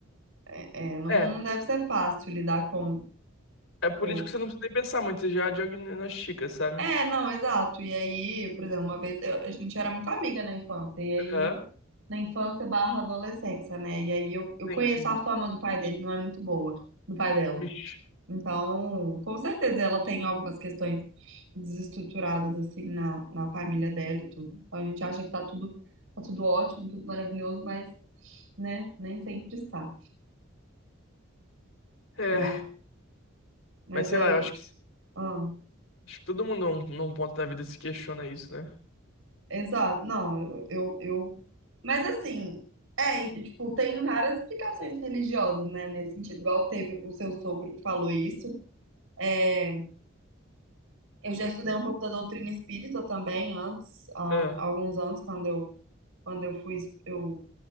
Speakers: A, on the right (about 80°); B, on the left (about 70°).
A: É, é, não,
B: É.
A: não deve ser fácil lidar com,
B: É político,
A: com.
B: você não precisa nem pensar muito, você já diagnostica, sabe?
A: É, não, exato. E aí, por exemplo, uma vez eu- a gente era muito amiga na infância, e aí.
B: Aham.
A: na infância barra adolescência, né? E aí eu, eu conheço
B: Sim, sim.
A: a fama do pai dele, não é muito boa, do pai dela.
B: Ixi.
A: Então, com certeza ela tem algumas questões desestruturadas, assim, na, na família dela e tudo. Então a gente acha que tá tudo, tá tudo ótimo, tudo maravilhoso, mas, né, nem sempre está.
B: É.
A: Mas, mas
B: Mas sei
A: aí,
B: lá, eu acho que,
A: ah,
B: acho que todo mundo num, num ponto da vida se questiona isso, né?
A: exato, não, eu, eu, eu- mas assim, é, e, tipo, tem várias explicações religiosas, né, nesse sentido, igual teve o seu sogro que falou isso, É, Eu já estudei um pouco da doutrina espírita também antes, há
B: Ah,
A: alguns anos, quando eu, quando eu fui, eu